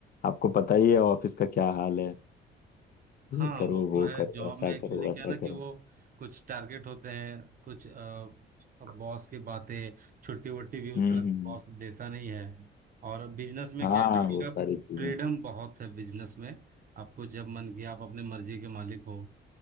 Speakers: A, on the left (about 50°); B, on the right (about 45°).
A: आपको पता ही है ऑफिस का क्या हाल है
B: हाँ
A: ये करो
B: वो तो
A: वो
B: है
A: करो
B: जॉब
A: ऐसा
B: में एक्चुअली
A: करो वैसा
B: क्या है ना कि
A: करो
B: वो कुछ टारगेट होते हैं कुछ अ, अब बॉस की बातें छुट्टी वट्टी भी उस
A: हम्म
B: तरह
A: हम्म,
B: से
A: हम्म।
B: बॉस देता नहीं है और बिजनेस में
A: हाँ
B: क्या है ना कि
A: वो
B: आप
A: सारी चीजें
B: फ्रीडम बहुत है बिजनेस में आपको जब मन किया आप अपने मर्जी के मालिक हो